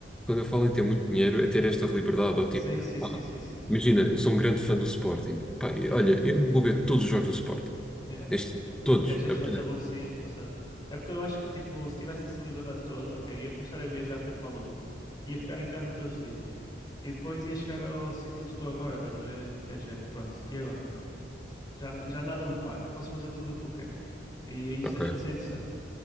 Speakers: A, in the centre; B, on the left.
A: quando eu falo em ter muito dinheiro, é ter esta liberdade. Ou
B: Sim,
A: tipo,
B: sim, sim,
A: pá,
B: sim, sim.
A: imagina, eu sou um grande fã do Sporting. Pá, e
B: Yeah.
A: olha, eu vou ver todos os jogos do Sporting.
B: Yeah.
A: Este, ano, todos.
B: E às vezes
A: Apetece.
B: não te aborrecias passado. É porque eu acho que, tipo, se tivesse essa liberdade toda, ok, ia começar a viajar feito maluco. Ia ficar em casa todos os dias. E depois ia chegar ao sítio onde estou agora, estás a ver? Em que é de género, pronto. E agora? Já, n- já nada me para. Posso fazer tudo o que eu quero. E isso
A: Ok.
B: deixou de ser interessante.